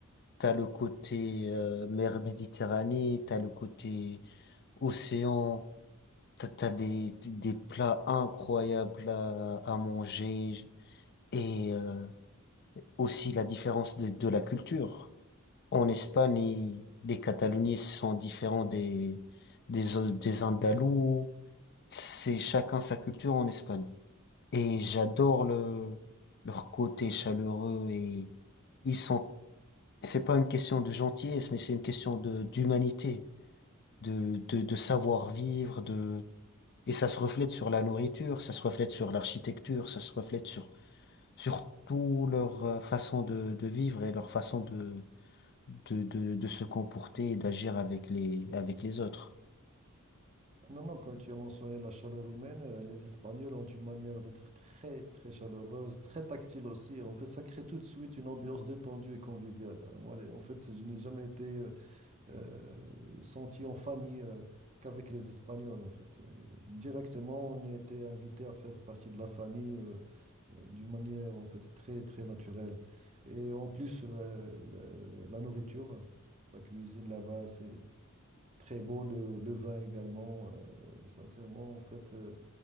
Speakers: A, on the left; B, on the right.
A: T'as le côté euh, mer Méditerranée, t'as le côté océan. T'as t'as des, des des plats incroyables à, à manger et euh, aussi la différence de, de la culture. En Espagne, ils- les Cataloniens sont différents des, des, O- des Andalous. C'est chacun sa culture en Espagne. Et j'adore le, leur côté chaleureux et ils sont, c'est pas une question de gentillesse, mais c'est une question de, d'humanité, de, de, de savoir vivre, Et ça se reflète sur la nourriture, ça se reflète sur l'architecture, ça se reflète sur, sur tout leur euh, façon de, de vivre et leur façon de, de, de, de se comporter et d'agir avec les, avec les autres.
B: Non, non, quand tu as mentionné la chaleur humaine, euh, les Espagnols ont une manière d'être très, très chaleureuse, très tactile aussi. En fait, ça crée tout de suite une ambiance détendue et conviviale. Euh, Moi, les- en fait, je n'ai jamais été euh, euh, senti en famille euh, qu'avec les Espagnols, en fait. Et directement, on était invité à faire partie de la famille euh, euh, d'une manière, en fait, très, très naturelle. Et en plus, la, la- la nourriture, la cuisine là-bas, c'est très beau. Le, le vin également. euh, sincèrement, en fait, euh,